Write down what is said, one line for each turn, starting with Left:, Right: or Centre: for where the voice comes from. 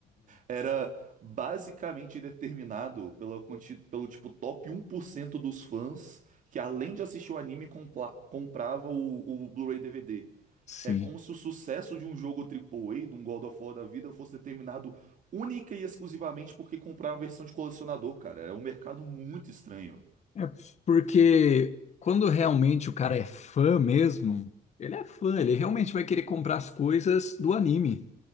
Right: era basicamente determinado pela quanti- pelo tipo top um por cento dos fãs que além de assistir o anime compla- comprava o, o Blu-ray DVD.
Left: Sim.
Right: É como se o sucesso de um jogo A A A, de um God of War da vida, fosse determinado única e exclusivamente porque comprava a versão de colecionador, cara. É um mercado muito estranho.
Left: É porque quando realmente o cara é fã mesmo, ele é fã, ele realmente vai querer comprar as coisas do anime.